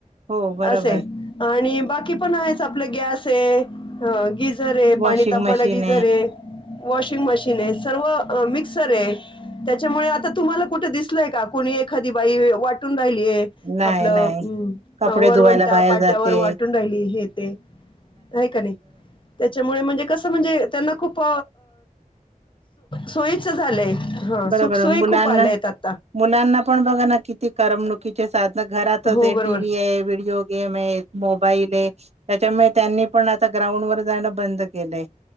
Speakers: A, on the right (about 50°); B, on the left (about 35°).
A: हो बरोबर
B: असे आणि बाकी पण आहे आपलं गॅस आहे गिझर
A: वॉशिंग
B: पाणी तापवायला
A: मशीन
B: गिझर आहे वॉशिंग मशीन आहे मिक्सर आहे त्याच्यामुळे आता तुम्हाला कुठे कोणी एखादी बाई वाटून राहिली
A: नाही
B: आपलं्
A: नाही कपडे
B: वरवंटा
A: धुवायला बाहेर
B: पाट्यावर
A: जाते
B: वाटून राहिली हे का नाही? त्याच्यामुळे म्हणजे कस म्हणजे त्यांना खूप सोयीच झालंय हा
A: बरोबर
B: सुखसोय
A: मुलांना
B: खूप आल्याय आता
A: मुलांना पण बघ ना किती करमणुकीचे साधन घरातच
B: हो
A: आहे
B: बरोबर,
A: टीव्ही आहे, व्हिडिओ गेम आहे, मोबाईल आहे, त्याच्यामुळे त्यांनी पण आता ग्राउंड वर जाणं बंद केलंय